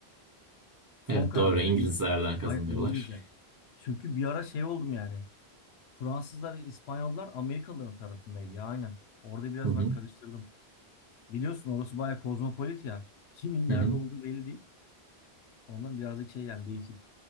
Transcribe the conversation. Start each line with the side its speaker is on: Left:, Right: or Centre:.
Left: Son
Right: Evet
Left: kararım.
Right: doğru İngilizlerden
Left: Yani,
Right: kazanıyorlar.
Left: hayır İngilizler. Çünkü bir ara şey oldum yani. Fransızlar, İspanyollar Amerikalıların tarafındaydı ya aynen. Orada biraz
Right: Hı hı.
Left: bak karıştırdım. Biliyorsun orası bayağı kozmopolit ya. Kimin
Right: Hı
Left: nerede
Right: hı.
Left: olduğu belli değil. Ondan birazcık şey yani değişik.